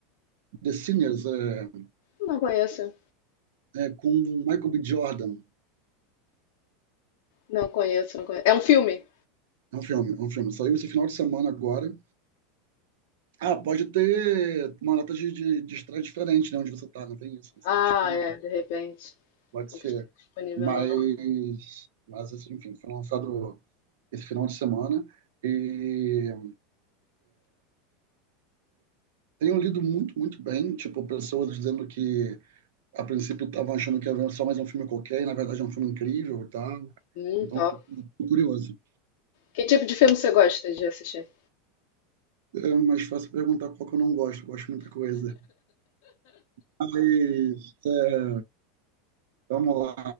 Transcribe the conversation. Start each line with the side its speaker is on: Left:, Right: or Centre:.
Right: The Sinners é,
Left: Não conheço.
Right: é com Michael B. Jordan.
Left: Não conheço, não conheço. É um filme?
Right: É um filme, é um filme. Saiu esse final de semana agora. Ah, pode ter uma data de, de, de estreia diferente, né? Onde você tá, não tem isso. Você
Left: Ah,
Right: tá na Espanha,
Left: é, de repente.
Right: pode
Left: Tem
Right: ser.
Left: que ficar disponível
Right: Mas,
Left: no não.
Right: mas assim, enfim, foi lançado esse final de semana. E Tenho lido muito, muito bem, tipo, pessoas dizendo que a princípio estavam achando que era só mais um filme qualquer, e na verdade é um filme incrível e tal.
Left: Hum,
Right: Então,
Left: top.
Right: tô, tô curioso.
Left: Que tipo de filme você gosta de assistir?
Right: É mais fácil perguntar qual que eu não gosto, gosto de muita coisa. Mas, é, vamos lá.